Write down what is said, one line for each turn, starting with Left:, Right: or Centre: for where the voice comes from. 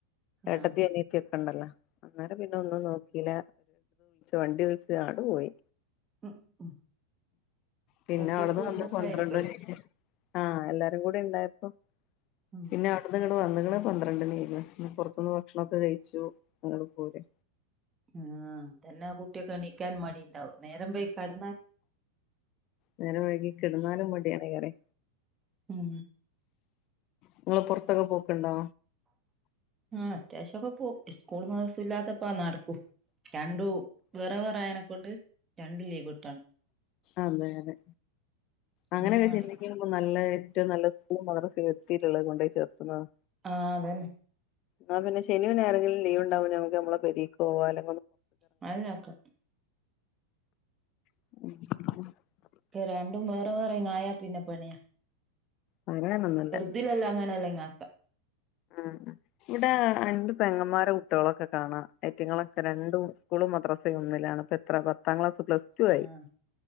Left: ഏട്ടത്തി
Right: ആഹ്
Left: അനിയത്തി ഒക്കെ ഉണ്ടല്ലോ അന്നേരം പിന്നെ ഒന്നും നോക്കില്ല വണ്ടി വിളിച്ച അങ്ങാട് പോയി
Right: ഉം ഉം
Left: പിന്നെ
Right: കുട്ടികൾക്കും
Left: അവിടെന്ന് വന്നത്
Right: ഒരു രസായിരിക്കുവല്ലോ
Left: പന്ത്രണ്ട് മണി ആയിക്കുന്ന് ആഹ് എല്ലാരും കൂടി ഉണ്ടായപ്പോ
Right: ഉം
Left: പിന്നെ അവിടുന്ന് ഇങ്ങടെ വന്നപ്പോ പന്ത്രണ്ട് മണി ആയിക്കണ്ണ് പുറത്തു വന്ന് ഭക്ഷണക്കെ കഴിച്ചു അങ്ങട് പൊന്നു
Right: ആഹ് തന്നെ ആഹ് കുട്ടിയൊക്കെ എണിക്കാൻ മടി ഉണ്ടാവും നേരം വൈകി കെടന്നാ
Left: നേരം വൈകി കിടന്നാലും മടിയാണെന്ന് പറയാ
Right: ഉം
Left: നിങ്ങള് പൊറത്തൊക്കെ പോക്ക്ണ്ടോ
Right: ആഹ് അത്യാവശ്യമൊക്കെ പോകും സ്കൂൾ മദ്രസ ഇല്ലാത്തിസമൊക്കെ ഇപ്പ നടക്കും രണ്ടു വേറെ വേറയനെക്കോട്ട് രണ്ടു ലീവട്ട്
Left: അതെ അതെ അങ്ങനെയൊക്കെ
Right: അങ്ങനെ നടക്കും
Left: ചിന്തിക്ക നല്ല ഏറ്റവും നല്ല സ്കുളിലും മദ്രസിലും കൊണ്ടയി ചേർക്കുന്നത്
Right: ആഹ് അതന്നെ
Left: ആഹ് പിന്നെ ശനിയും ഞായറും എൻകിലും ലീവ് ഉണ്ടാകുല്ലോ നമ്മക്ക് നമ്മള്ടെ പെരിയ്ക് പോകാൻ
Right: <unintelligible>
Left: <inaudible>
Right: രണ്ടും വേറെ വേറെങ്ങായാ പിന്നെ പണിയാ
Left: പറയാനൊന്നുമല്ല
Right: ഇതിലല്ലാം അങ്ങനെയല്ലെങ്ങാക്ക
Left: ആഹ് ആഹ് ഇവിടെ രണ്ട് പെങ്ങന്മാര കുട്ടികളൊക്കെ കാണാം അയിന്റങ്ങളൊക്കെ രണ്ടും സ്കൂളും മദ്രാസയും ഒന്നിലാണ് എത്ര പത്താം ക്ലാസ്സ്‌ പ്ലസ് ടു
Right: ആഹ്